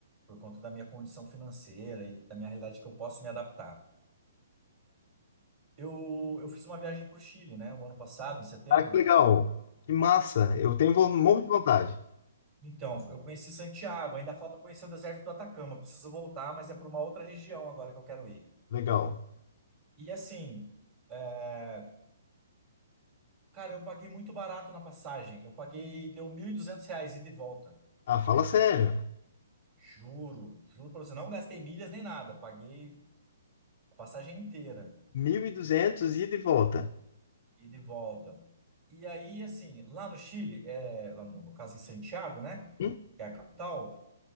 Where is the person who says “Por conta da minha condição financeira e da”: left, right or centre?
Right